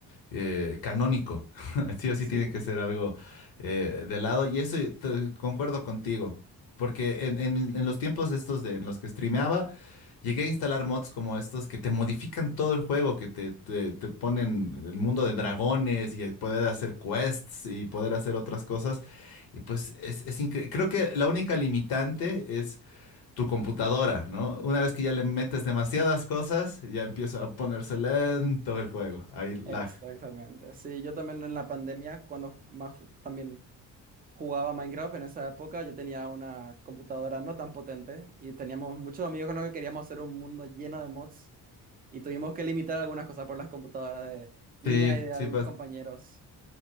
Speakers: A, on the left; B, on the right.
A: eh, canónico. <laughs> Sí o
B: Sí,
A: sí tiene que ser algo eh, de lado. Y eso eh, te- concuerdo contigo, porque en, en- en los tiempos estos de, en los que streameaba, Llegué a instalar mods como estos que te modifican todo el juego, que te, te, te ponen el mundo de dragones y poder hacer quests y poder hacer otras cosas. Y pues es, es incre- Creo que la única limitante es tu computadora, ¿no? Una vez que ya le metes demasiadas cosas, ya empieza a ponerse lento el juego. Ahí lag.
B: exactamente. Sí, yo también en la pandemia, cuando más ju- también jugaba Minecraft en esa época. Yo tenía una computadora no tan potente y teníamos muchos amigos con los que queríamos hacer un mundo lleno de mods y tuvimos que limitar algunas cosas por las computadoras de mía
A: Sí,
B: y de
A: sí,
B: algunos compañeros.